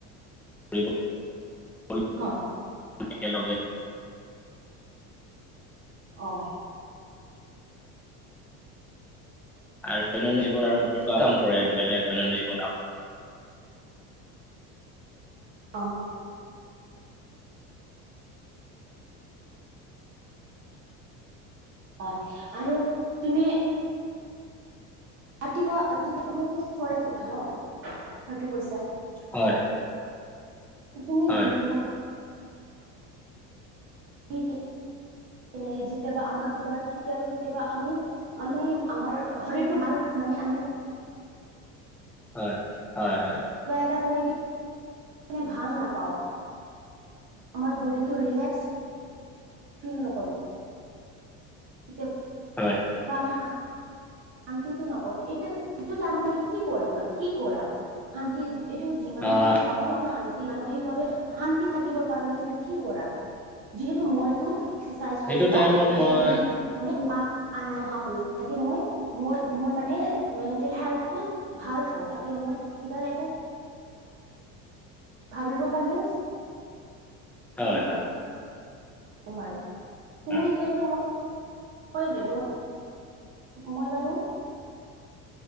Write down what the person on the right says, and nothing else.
হয়।
অ',।
অ'। অ', আৰু তুমি ৰাতিপুৱা, ৰাতিপুৱা তুমি চোতালত উঠা হয়তো কৈছা।
তুমি
<unintelligible> উঠি এনে যেতিয়াবা আমাক কিবা কেতিয়াবা, কেতিয়াবা আমি আমি আমাৰ শৰীৰটো ভাল মানে আমি
কিবা এটা কৰি কেনে ভাল নাপাও। আমাৰ বডিটো ৰিলেক্স ফিল নকৰে। এতিয়া
<unintelligible> আমি শান্তিটো নাপাওঁ, এইটো, সটো টাইমত তুমি কি কৰিবা, কি কৰা শান্তি এইটো যিমানে
এইটো <unintelligible> সেইটো মানসিকভাৱে শান্তি থাকিবৰ কাৰণে তুমি কি কৰা যিহেতু মইটো এক্সেৰচাইজ
কৰো বা
ইটো বৃত মানে উহা আনউহা কৰো যাতে মই মোৰ মোৰ মানে মেণ্টেল হেলথটো ভাল হ'ক তাকে মই কিবা এটা ভাবিব কাৰণে
এইটো
<unintelligible> তুমি
যেনেকেই মোৰ <unintelligible> মই বাৰু